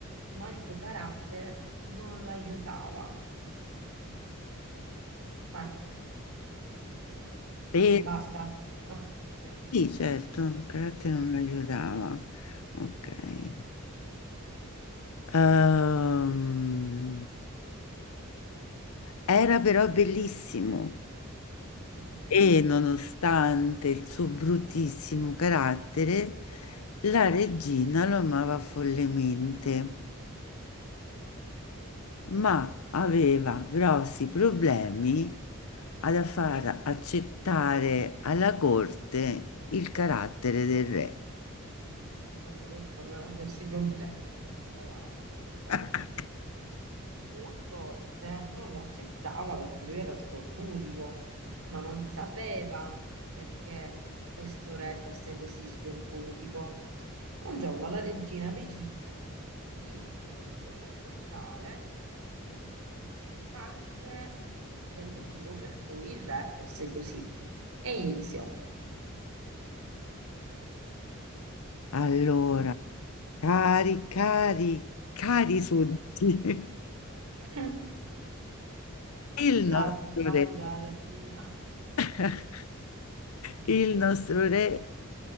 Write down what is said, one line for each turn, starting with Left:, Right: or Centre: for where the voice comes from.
Right: ma il suo carattere non l'aiutava. Vai,
Left: Eh.
Right: non ti basta? Ah, ok.
Left: Sì, certo, il carattere non lo aiutava. Ok. Ehm, era però bellissimo
Right: Mm,
Left: e nonostante il suo bruttissimo carattere, la regina lo amava follemente, ma aveva grossi problemi ad far accettare alla corte il carattere del re.
Right: Quando ha detto aveva grossi problemi, ho pensato ad altro. Va
Left: <laughs>
Right: bene. La corte non lo accettava perché lui era sgorbutico, ma non sapeva perché questo re fosse così sgorbutico. Un giorno la regina decise di eh, raccontare parte del motivo per cui il re fosse così e iniziò.
Left: Allora.
Right: Tocca.
Left: Cari,
Right: a
Left: cari, cari sudditi, <laughs>
Right: te. <laughs>
Left: il
Right: Si
Left: nostro
Right: cala le panni
Left: re,
Right: della regina.
Left: <laughs> il nostro re